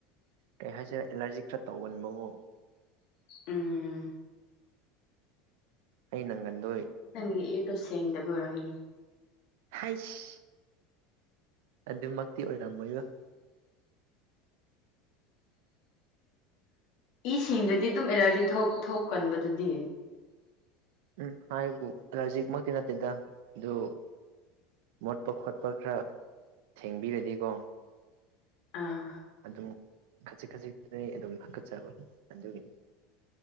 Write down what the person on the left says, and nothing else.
ꯎꯝ
ꯅꯪꯒꯤ ꯏꯗꯣ ꯁꯦꯡꯗꯕ ꯑꯣꯏꯔꯝꯅꯤ
ꯏꯁꯤꯡꯗꯗꯤ ꯑꯗꯨꯝ ꯑꯦꯂꯔꯖꯤ ꯊꯣꯛꯀꯟꯕꯗꯨꯗꯤ
ꯑꯥ